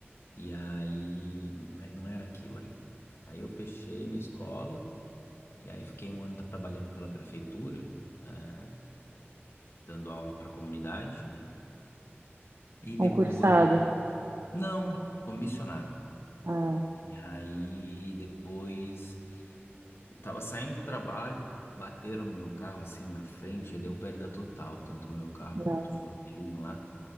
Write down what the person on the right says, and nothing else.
Concursado.
Ah,
nossa.